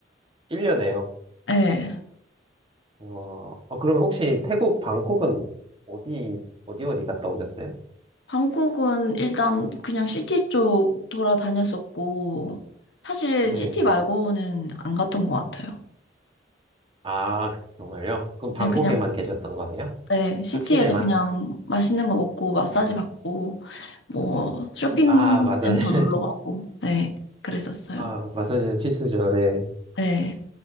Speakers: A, on the right; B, on the left.
A: 1년에요.
B: 네.
A: 와, 아, 그러면 혹시 태국 방콕은 어디, 어디 어디 갔다 오셨어요?
B: 한국은 일단 그냥 시티 쪽 돌아다녔었고, 사실
A: 네.
B: 시티 말고는 안 갔던 것 같아요.
A: 아, 그- 정말요? 그럼 방콕에만
B: 네, 그냥
A: 계셨던 거네요?
B: 네, 시티에서
A: 딱 시내만?
B: 그냥 맛있는 거 먹고 마사지
A: 음.
B: 받고 뭐 쇼핑센터
A: 아, 마사지. <laughs>
B: 놀러 가고 네, 그랬었어요.
A: 아, 마사지는 필수죠, 네.
B: 네.